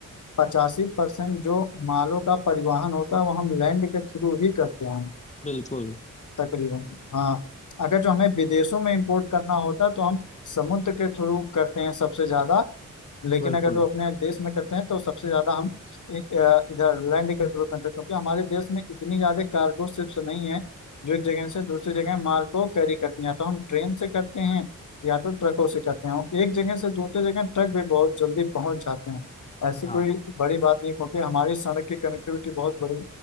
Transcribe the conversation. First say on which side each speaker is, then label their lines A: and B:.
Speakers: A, on the left (about 60°); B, on the left (about 20°).
A: पचासी परसेंट जो मालों का परिवहन होता है वो हम लैंड के थ्रू ही करते हैं
B: बिल्कुल
A: तकरीबन हाँ अगर जो हमें विदेशों में इंपोर्ट करना होता है तो हम समुद्र के थ्रू करते हैं सबसे ज्यादा लेकिन
B: बिल्कुल
A: अगर जो अपने देश में करते हैं तो सबसे ज्यादा हम एक अ, इधर लैंड के थ्रू करते हैं क्योंकि हमारे देश में इतनी ज्यादा कार्गो शिप्स नहीं है जो एक जगह से दूसरी जगह माल को कैरी करती हैं तो हम ट्रेन से करते हैं या तो ट्रकों से करते हैं और एक जगह से दूसरी जगह ट्रक भी बहुत जल्दी पहुंच जाते हैं ऐसी
B: हाँ
A: कोई बड़ी बात नहीं क्योंकि हमारी सड़क की कनेक्टिविटी बहुत बड़ी